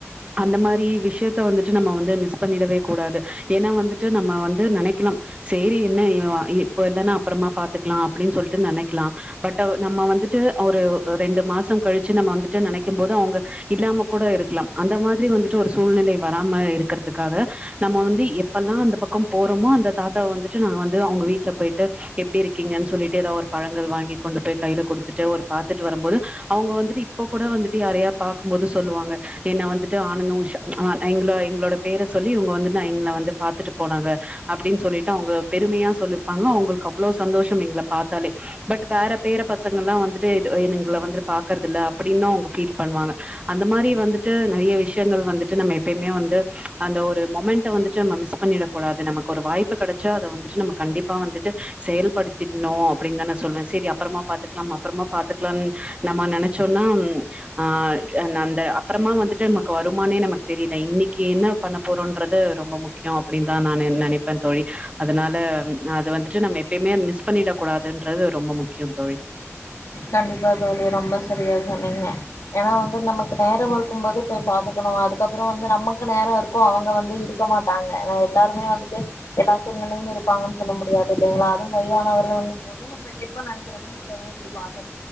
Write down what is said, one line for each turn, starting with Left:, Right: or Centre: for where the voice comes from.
Right: அந்த மாரி விஷ்யத்த வந்துட்டு நம்ம வந்து மிஸ் பண்ணிடவே கூடாது ஏனா வந்துட்டு நம்ம வந்து நெனைக்கலாம் செரி என்ன இவ வா இப் இல்லனா அப்பறமா பாத்துக்லா அப்டின் சொல்ட்டு நெனைக்லா பட்ட நம்ம வந்துட்டு ஒரு ரெண்டு மாசம் கழிச்சு நம்ம வந்துட்டு நெனைக்கும் போது அவுங்க இல்லாம கூட இருக்லம் அந்த மாதிரி வந்துட்டு ஒரு சூழ்நிலை வராம இருக்கறதுக்காக நம்ம வந்து எப்பெல்லா அந்த பக்கம் போறோமோ அந்த தாத் தாவ வந்துட்டு நாங்க வந்து அவுங்க வீட்ல போய்ட்டு எப்டி இருக்கீங்கன்னு சொல்லிட்டு ஏதோ ஒரு பழங்கள் வாங்கி கொண்டு போய் கைல குடுத்துட்டு ஒரு பாத்துட்டு வரும் போது அவுங்க வந்துட்டு இப்போ கூட வந்துட்டு யாரயா பாக்கும் போது சொல்லுவாங்க என்ன வந்துட்டு ஆனந்தோ உஷா ஆ எங்ளோ எங்ளோட பேரை சொல்லி இவுங்க வந்து நா எங்ள வந்து பாத்துட்டு போனாங்க அப்டின்னு சொல்லிட் டு அவுங்க பெருமையா சொல்லிப்பாங்க அவுங்ளுக் அவ்ளோ சந்தோஷம் எங்கள பாத்தாலே பட் வேற பேர பசங்கள்லா வந்துட்டு இதோ என்னுங்கள வந்துரு பாக்றதில்ல அப்டினு அவுங்க ஃபீல் பண்வாங்க அந்த மாரி வந்துட்டு நறைய விஷ்யங்கள் வந்துட்டு நம்ம எப்பயமே வந்து அந்த ஒரு மொமெண்ட வந்துட்டு நம்ம மிஸ் பண்ணிடா கூடாது நமக்கு ஒரு வாய்ப்பு கெடைச் சா அத வந்துட்டு நம்ம கண்டிப்பா வந்துட்டு செயல்படுத்திட்ணு அப்டின்னு தா நா சொல்லுவ செரி அப்றமா பாத்துக்லா அப்றமா பாத்துக்லானு நம்ம நெனைச்சோனா ஆ அந்த அப்றமா வந்துட்டு நமக்கு வருமானே நமக்கு தெரில இன்னிக்கு என்ன பண்ண போறோன்றது ரொம்ப முக்யோ அப்டின் தா நா நெனைப்ப தோழி அதனால அது வந்துட்டு நம்ம எப்பய்மே மிஸ் பண்ணிடக் கூடாதுன்றது ரொம்ப முக்கியம் தோழி
Left: கண்டிப்பா தோழி ரொம்ப செரியா சொன்னீங்க ஏனா வந்து நமக்கு நேரோ இருக்கும் போது போய் பாத்துக்கணும் அதுக்கப்றோ வந்து நமக்கு நேரோ இருக்கும் அவுங்க வந்து இருக்க மாட்டாங்க ஆ எல்லாருமே வந்துட்டு எல்லா சூழ்நிலையும் இருப்பாங்கன்னு சொல்ல முடியாது இல்லிங்ளா அதுவு வயதானவர்கள் என்னும் போது நம்ம எப்ப நெனைக்கிறமோ அப்பமே போய் பாத்